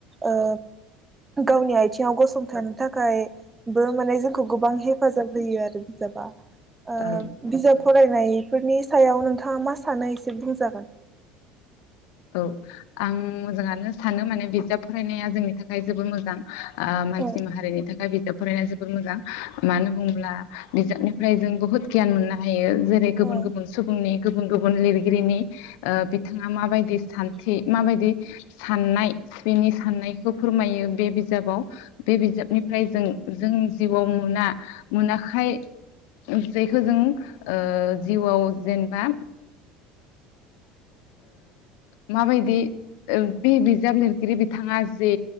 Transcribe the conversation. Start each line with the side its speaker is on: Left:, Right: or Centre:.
Right: ओ गावनि आइथिङाव गसं थानो थाखायबो माने जों खौ गोबां हेफाजाब होयो आरो बि जाबा ओ
Left: औ
Right: बिजाब
Left: औ
Right: फरायनायफोरनि सायाव नोंथ नोंथाङा मा सानो एसे बुंजागोन
Left: औ आं मोजाङानो स सानो माने बिजाब फरायनाया जोंनि थाखाय जोबोर मोजां मानसि
Right: औ
Left: माहारिनि थाखाय बिजाब फराया जोबद मोजां मानो बुंब्ला बिजाबनिफ्राय जों बहुद गियान मोननो हायो जेरै गुबुन
Right: औ
Left: गुबुन सुबुंनि गुबुन गुबुन लिरगिरिनि ओ बिथाङा माबायदि सान्थि माबायदि साननाय बेनि साननायखौ फोरमायो बे बिजाबाव बे बिजाबनिफ्राय जों जोंनि जिउआव मोना मोनाखाय जेखौ जों ओ जिउआव जेनेबाओम माबायदि बे बिजाब लिरगिरि बिथाङा जे